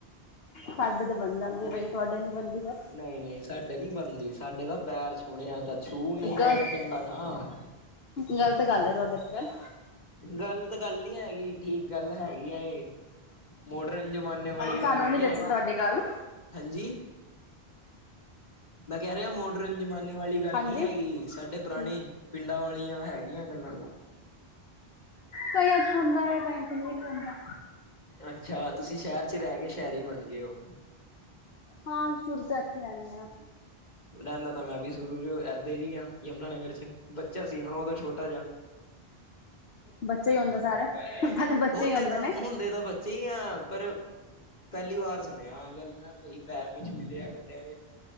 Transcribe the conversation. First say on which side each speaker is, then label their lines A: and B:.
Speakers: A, on the left; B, on the left.
A: ਸਾਡੇ ਤੇ ਬਣ ਜਾਂਦੀ ਆ ਬਈ ਤੁਹਾਡੇ ਨੀ ਬਣਦੀ ਫਿਰ।
B: ਨਹੀਂ ਨਹੀਂ ਸਾਡੇ ਨੀ ਬਣਦੀ ਸਾਡੇ ਤਾਂ ਪੈਰ ਛੂਣਿਆ ਤਾਂ। ਛੂਹ, ਨਹੀਂ ਤਾਂ
A: ਗਲਤ
B: ਫੇਰ ਚੰਡਾ ਖਾ।
A: ਗ਼ਲਤ ਗੱਲ ਹੈ ਤੁਹਾਡੇ ਤੇ ਫਿਰ
B: ਗਲਤ ਗੱਲ ਨੀ ਹੈਗੀ ਠੀਕ ਗੱਲ ਹੈਗੀ ਆ ਇਹ ਮੋਡਰਨ ਜ਼ਮਾਨੇ ਵਾਲੀ
A: ਸਾਨੂੰ
B: ਗੱਲ
A: ਨੀ
B: ਨਹੀਂ
A: ਜੱਚੀ
B: ਹੈਗੀ
A: ਤੁਹਾਡੀ ਗੱਲ
B: ਹਾਂਜੀ ਮੈਂ ਕਹਿ ਰਿਹਾ ਮੋਡਰਨ ਜ਼ਮਾਨੇ ਵਾਲੀ ਗੱਲ
A: ਹਾਂਜੀ
B: ਨਹੀਂ ਹੈਗੀ ਸਾਡੇ
A: ਹੂੰ
B: ਪੁਰਾਣੇ ਪਿੰਡਾਂ ਵਾਲੀਆਂ ਹੈਗੀਆਂ ਗੱਲਾਂ
A: ਕਈਆਂ ਚ ਹੁੰਦਾ ਹੈ ਕਈਆਂ ਚ ਨਹੀਂ ਵੀ ਹੁੰਦਾ
B: ਅੱਛਾ ਤੁਸੀਂ ਸ਼ਹਿਰ ਚ ਰਹਿ ਕੇ ਸ਼ਹਿਰ ਹੀ ਬਣ ਗਏ ਹੋ
A: ਹਾਂ ਸ਼ੁਰੂ ਤੋਂ ਇੱਥੇ ਰਹਿੰਦੇ ਹਾਂ
B: ਰਹਿਣਾ ਤਾਂ ਮੈਂ ਸ਼ੁਰੂ ਇਧਰ ਹੀ ਆ ਯਮੁਨਾਨਗਰ ਚ ਬੱਚਾ ਸੀਗਾ ਦੋਂ ਛੋਟਾ ਜਿਹਾ
A: ਬੱਚੇ ਹੀ ਹੁੰਦੇ ਸਾਰੇ ਪਹਿਲੇ ਬੱਚੇ
B: ਹੁੰਦੇ
A: ਹੀ
B: ਤਾਂ,
A: ਨੇ
B: ਹੁੰਦੇ ਤਾਂ ਬ। ਸਹੀ ਆ ਪਰ ਪਹਿਲੀ ਵਾਰ ਸੁਣਿਆ ਆ ਗੱਲ ਨਾ ਬਾਈ ਪੈਰ ਨੀ ਛੂਹਦੇ ਆ ਵੱਡਿਆਂ ਦੇ।